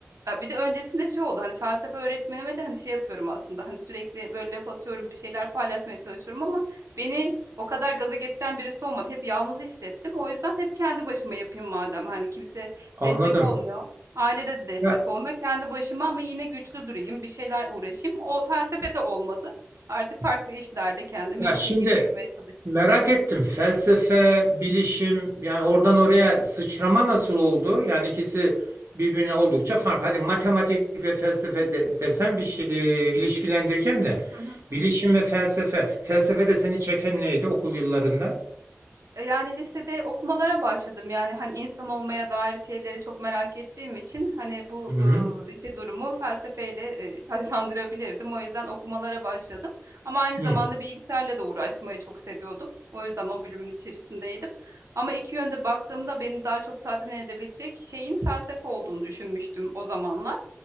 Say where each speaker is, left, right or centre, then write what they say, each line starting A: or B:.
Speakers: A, on the right (about 90°); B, on the right (about 60°).
A: Eee, bir de öncesinde şey oldu, hani, felsefe öğretmenime de, hani, şey yapıyorum aslında, hani, sürekli, böyle, laf atıyorum, bir şeyler paylaşmaya çalışıyorum ama beni o kadar gaza getiren birisi olmadı. Hep yalnız hissettim. O yüzden hep kendi başıma yapayım madem, hani, kimse
B: anladım.
A: destek olmuyor. Ailede de destek
B: Ya,
A: olmuyor. Kendi başıma ama yine güçlü durayım, bir şeyler uğraşayım. O felsefe de olmadı. Artık farklı işlerle kendimi,
B: ya
A: işe
B: şimdi
A: geliştirmeye çalıştım.
B: merak ettim. Felsefe, bilişim yani oradan oraya sıçrama nasıl oldu? Yani ikisi birbirine oldukça farklı. Hadi matematik ve felsefe de, desen bir şey, e, ilişkilendireceğim de.
A: <laughs>
B: Bilişim ve felsefe. Felsefede seni çeken neydi okul yıllarında?
A: E, yani lisede okumalara başladım. Yani, hani, insan olmaya dair şeyleri çok merak ettiğim için, hani, bu,
B: Hı hı.
A: ııı, iki durumu felsefeyle, eee, taçlandırabilirdim. O yüzden okumalara başladım ama aynı
B: Hı.
A: zamanda bilgisayarla da uğraşmayı çok seviyordum. O yüzden o bölümün içerisindeydim ama iki yönde baktığımda beni daha çok tatmin edebilecek şeyin felsefe olduğunu düşünmüştüm o zamanlar.